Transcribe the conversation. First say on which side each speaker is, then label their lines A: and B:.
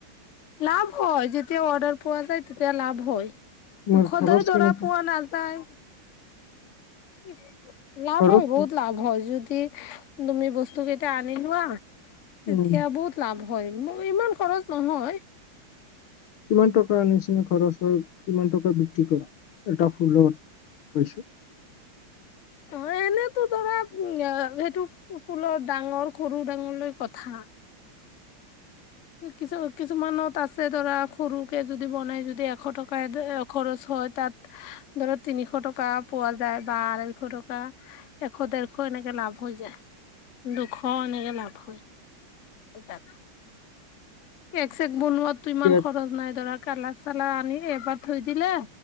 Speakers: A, on the left; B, on the left.
A: লাভ হয় যেতিয়া অৰ্ডাৰ পোৱা যায় তেতিয়া লাভ হয়।
B: তোমাৰ
A: সদায়
B: খৰচ
A: ধৰা
B: কেনেকুৱা
A: পোৱা নাযায়। <unintelligible> লাভ
B: খৰচ
A: হয়, বহুত
B: কি-
A: লাভ হয় যদি তুমি বস্তু টুকেইটা এতিয়া আনি লোৱা তেতিয়া
B: উম
A: বহুত লাভ হয়। মোৰ ইমান খৰচ নহয়
B: কিমান টকা নিচিনা খৰচ হয় কিমান টকা বিক্ৰী কৰা এটা ফুলৰ
A: অ', এনেতো ধৰা উম সেইটো ফু ফুলৰ ডাঙৰ-সৰু ডাঙৰ ক থা কিছু কিছু কিছুমানত আছে ধৰা সৰুকে যদি বনাই যদি এশ টকা খৰচ হয় তাত ধৰা তিনিশ টকা পোৱা যায় বা আঢ়ৈশ টকা এশ ডেৰশ এনেকে লাভ হৈ যায় দুশ এনেকে লাভ হয় তাত এচেড বনোৱাত টো ইমান
B: কেক
A: খৰচ নাই ধৰা কালাৰ-চালাৰ আনি এবাৰ থৈ দিলে